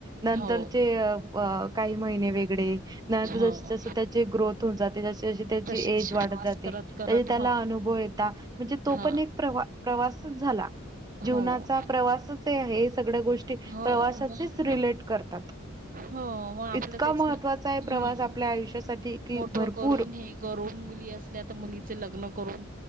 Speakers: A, on the right; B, on the right.
A: नंतरचे
B: हो
A: अ प काही महिने वेगळे. नंतर
B: हो
A: जस जसशी त्याचे ग्रोथ होऊन जाते तसे तशे त्याची
B: तसे
A: एज
B: तसे
A: वाढत
B: प्रवास
A: जाते
B: करत
A: त्याचे
B: करत
A: त्याला
B: हो
A: अनुभव येता म्हणजे तो
B: हा
A: पण एक प्रवा -प्रवासच झाला. जीवनाचा
B: हो
A: प्रवासाच ए हे सगळ्या गोष्टी
B: हो
A: प्रवासाचेच
B: मग
A: रिलेट करतात.
B: हो म
A: इतका
B: आपलं तेच
A: महत्त्वाचा
B: ना
A: आहे प्रवास
B: हम्
A: आपल्या आयुष्यासाठी कि
B: मोठं
A: भरपूर
B: करून हे करून मुली असल्या त मुलीच लग्न करून